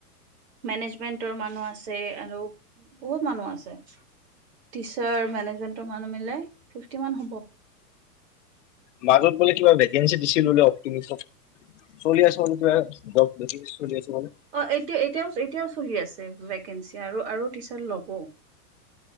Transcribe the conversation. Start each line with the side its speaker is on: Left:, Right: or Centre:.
Right: মেনেজমেন্টৰ মানুহ আছে আৰু বহুত মানুহ আছে। টিচাৰ, মেনেজমেন্টৰ মানুহ মিলাই ফিফ্টি মান হ'ব।
Left: মাজত বোলে কিবা ভেকেঞ্চি দিছিল বোলে, <unintelligible> চলি <unintelligible> ভেকেঞ্চি চলি আছে বোলে
Right: অহ, অ', এটি-এতিয়াও, এতিয়াও চলি আছ ভেকেঞ্চি আৰু, আৰু টিচাৰ ল'ব।